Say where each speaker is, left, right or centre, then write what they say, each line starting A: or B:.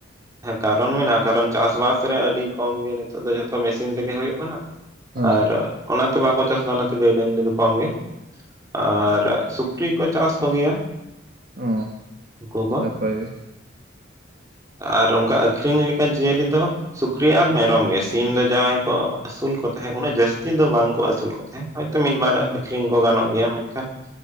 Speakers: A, on the right; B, on the right.
A: ᱦᱟᱸᱜ ᱠᱟᱨᱚᱱ ᱢᱮᱱᱟᱜᱼᱟ ᱠᱟᱨᱚᱱ ᱪᱟᱥᱵᱟᱥ ᱨᱮ ᱟᱹᱰᱤ ᱠᱚᱢ ᱜᱮ ᱱᱤᱛᱚᱜ ᱫᱚ ᱡᱷᱚᱛᱚ ᱢᱮᱥᱤᱱ ᱛᱮᱜᱮ ᱦᱩᱭᱩᱜ ᱠᱟᱱᱟ ᱾
B: ᱦᱮᱸ
A: ᱟᱨ ᱚᱱᱟᱛᱮ ᱵᱟᱠᱚ ᱪᱟᱥᱫᱟ ᱚᱱᱟᱛᱮ ᱜᱟᱹᱭ ᱰᱟᱹᱟᱝᱨᱤ ᱫᱚ ᱠᱚᱢ ᱜᱮ, ᱟᱨ ᱥᱩᱠᱨᱤ ᱠᱚ ᱪᱟᱥ ᱠᱚᱜᱮᱭᱟ
B: ᱚ
A: ᱩᱱᱠᱩ ᱠᱚ
B: ᱱᱟᱯᱟᱭ <inaudible>
A: ᱟᱨ ᱚᱱᱠᱟ ᱟᱹᱠᱷᱨᱤᱧ ᱞᱮᱠᱟ ᱡᱤᱭᱟᱹᱞᱤ ᱫᱚ ᱥᱩᱠᱨᱤ ᱟᱨ ᱢᱮᱨᱚᱢ ᱜᱮ ᱥᱤᱢ ᱫᱚ ᱡᱟᱦᱟᱸᱭ ᱠᱚ ᱟᱹᱥᱩᱞ ᱠᱚ ᱛᱟᱦᱮᱸᱫ ᱩᱱᱟᱹᱜ ᱡᱟᱹᱥᱛᱤ ᱫᱚ ᱵᱟᱝ ᱠᱚ ᱟᱹᱥᱩᱞ ᱠᱚ ᱛᱟᱦᱮᱸᱱ ᱦᱚᱭ ᱛᱚ ᱢᱤᱫ ᱵᱟᱨ
B: ᱟᱪᱪᱷᱟ
A: ᱟᱹᱠᱷᱨᱤᱧ ᱠᱚ ᱜᱟᱱᱚᱜ ᱜᱮᱭᱟ ᱢᱮᱱᱠᱷᱟᱱ